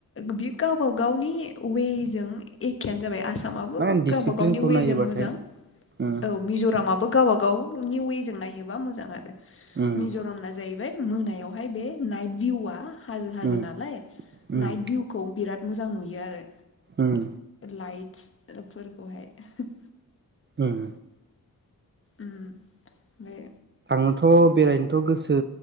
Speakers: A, on the left (about 40°); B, on the right (about 35°).
A: बि गावबा गावनि वेजों एखेयानो जाबाय। आसाम माबो
B: मा डिसिप्लिनखौ
A: गावबा गावनि वेजों
B: नायोबाथाय
A: मोजां
B: उम
A: औ मिज'रामाबो गाव गाव गाव निउ वेजों नायोबा मोजां आरो।
B: उम
A: मिज'राम ना जाय बाय मोनायावहाय बे नाइट भिउआ नालाय
B: उम उम
A: नाइट भिउखौ बिराथ मोजां नुयो आरो।
B: उम
A: लाइटस फोरखौहाय। <inaudible>
B: ओम
A: ओम ओम
B: आंथ' बेरायनोथ' गोसो